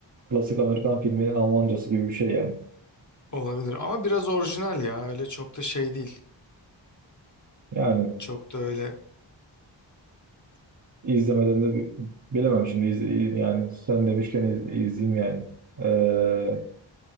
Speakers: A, on the right (about 40°); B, on the left (about 40°).
A: klasik Amerikan filminin Almancası gibi bir şey yani.
B: Olabilir ama biraz orijinal ya. Öyle çok da şey değil.
A: Yani
B: Çok da öyle.
A: İzlemeden de bi- bilemem şimdi iz- yani sen demişken iz- izleyeyim yani. Ee,